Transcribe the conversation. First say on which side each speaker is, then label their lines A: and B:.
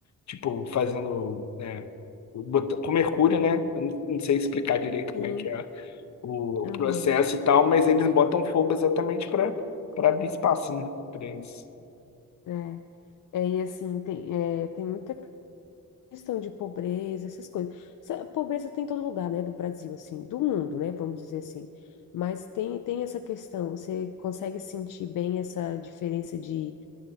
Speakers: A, on the left; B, on the left.
A: tipo, fazendo né, bota- com mercúrio, né? Eu não não sei explicar direito
B: sim,
A: como é que é o
B: aham.
A: o processo e tal, mas eles botam fogo exatamente para para abrir espaço, né? Para eles.
B: é, é, e assim, tem, é, tem muita questão de pobreza, essas coisas. Essa pobreza tem em todo lugar, né, do Brasil, assim, do mundo, né, vamos dizer assim. Mas tem, tem essa questão, você consegue sentir bem essa diferença de,